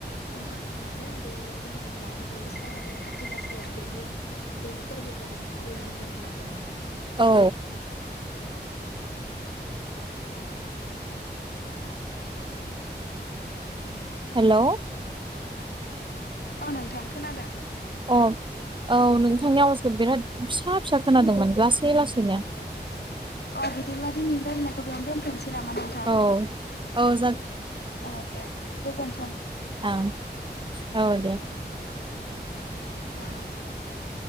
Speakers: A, on the left; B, on the right.
A: सोमखांनानै बिनो बे जों दानि बावै सावरायनाय काति गासाया बेनि-बे फोरबोखौहाय जों फालियो जा जोंनि आरो नोंथां
B: औ हेलौ
A: औ नोंथां खोनादों
B: औ औ नोंथांनि आवासखौ बिराद फिसा फिसा खोनादोंमोन लासै लासैनो
A: अ बिदिब्ला दिनैनि रायलायनायखौ बेयावनो दोनथनसै नामा नोंथां
B: औ औ
A: औ दे गोजोनथों
B: ओं औ दे
A: औ